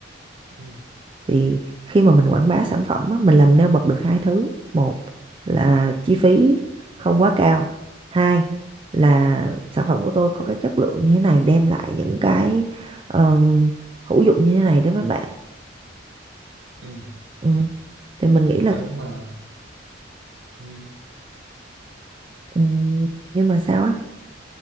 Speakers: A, on the right; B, on the right.
A: ừ.
B: thì khi mà mình quảng bá sản phẩm á, mình làm nêu bật được hai thứ một là chi phí không quá cao hai là sản phẩm của tôi có cái chất lượng như thế này đem lại những cái ờm, hữu dụng như thế này đến với bạn
A: ừ
B: ừ. thì mình nghĩ là
A: rồi nhưng mà ừ,
B: Ừ, nhưng mà sao á